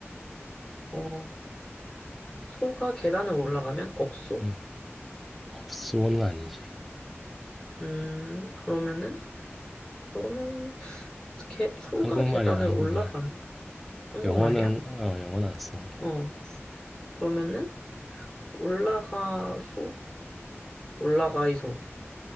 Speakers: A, on the left (about 15°); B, in the centre.
A: 어, 소가 계단을 올라가면 없소?
B: 응. 업소는 아니지.
A: 음, 그러면은, 그러면, 개, 소가
B: 한국말이야,
A: 계단을
B: 한국말.
A: 올라가면? 한국말이야?
B: 영어는 어, 영어는 안 써.
A: 어, 그러면은, 올라가, 소? 올라가, 이소.